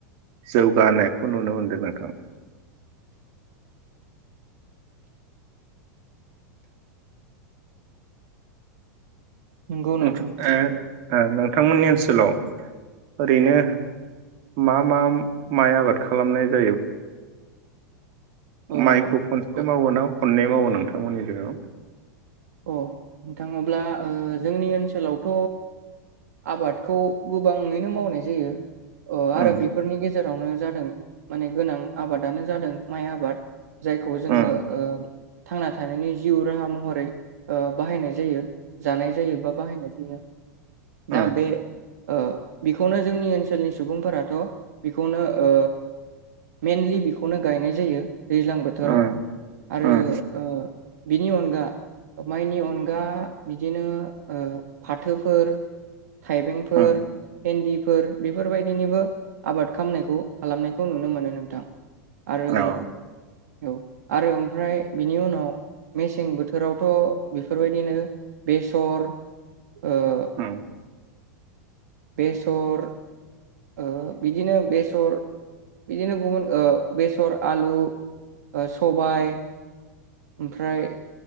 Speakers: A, on the right (about 55°); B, on the right (about 70°).
A: जौगानायखौ नुनो मोनदों नोंथां।
B: नंगौ नोंथां
A: ओंथु ओ ओ नोंथांमोननि ओनसोलाव ओरैनो मा मा माइ आबाद खालामनाय जायो
B: औ
A: माइखौ खनसे
B: औ
A: मावो ना खननै मावो नोंथांमोननि गेजेराव
B: अ नोंथां अब्ला ओ जोंनि ओनसोलावथ आबादखौ गोबाङैनो मावनाय जायो अ
A: उम
B: आरो बेफोरनि गेजे जेरावनो जादों माने गोनां आबादानो जादों माइ आबाद जायखौ जोंङो
A: उम
B: ओ थांना थानायनि जिउ राहा महरै ओ बाहायनाय जायो जानाय जायो बा बाहायनाय जायो दा
A: उम
B: बे ओ बेखौनो जोंनि ओनसोलनि सुबुंफोराथ बेखौनो ओ मेनलि बेखौनो गायनाय जायो। दैज्लां बोथोराव
A: उम
B: आरो
A: उम
B: ओ बिनि अनगा माइनि अन दा बिदिनो ओ फाथोफोर थाइबेंफोर
A: उम
B: बिन्दिफोर बेफोरबायदिनिबो आबाद खालामनायखौ खालामनायखौ नुनो मोनो नोंथां। आरो
A: औ
B: औ आरो ओमफ्राय बिनि उनाव मेसें बोथोरावथ बेफोरबायदिनो बेसर ओ
A: उम
B: बेसर ओ बिदिनो बेसर बिदिनो गुबुन ओ बेसर आलु ओ सबाय ओमफ्राय